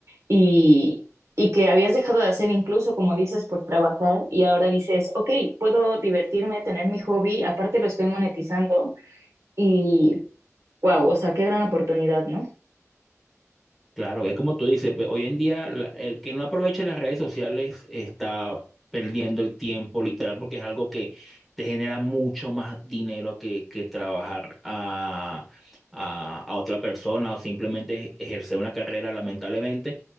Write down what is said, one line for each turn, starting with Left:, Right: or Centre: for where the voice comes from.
Right: y, y que habías dejado de hacer incluso, como dices, por trabajar y ahora dices, ok, puedo divertirme, tener mi hobby, aparte lo estoy monetizando y wow, o sea, qué gran oportunidad, ¿no?
Centre: Claro, es como tú dices, pe- hoy en día la- el que no aproveche las redes sociales está perdiendo el tiempo literal porque es algo que te genera mucho más dinero que, que trabajar a, a- a otra persona o simplemente ejercer una carrera, lamentablemente.